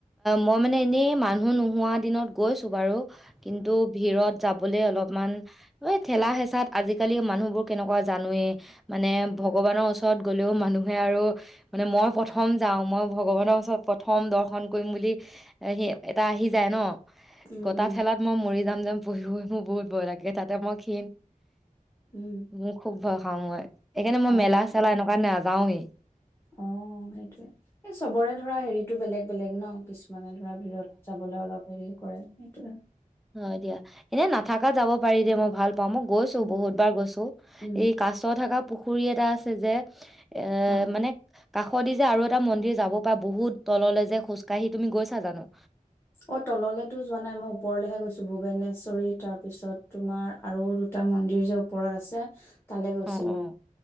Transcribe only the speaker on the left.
উম,
উম,
উম,
উম,
অ',
অ সেইটোয়ে, এই চবৰে ধৰা হেৰিটো বেলেগ বেলেগ ন, কিছু মানে ধৰা ভিৰত যাবলে অলপ হেৰি কৰে সেইটোয়ে।
উম,
উম,
অ'।
অ' তললেতো যোৱা নাই, মই ওপৰলেহে গৈছোঁ। ভূবেনেশ্বৰী তাৰ পিছত তোমাৰ, আৰু দুটা মন্দিৰ যে ওপৰত আছে। তালে গৈছিলো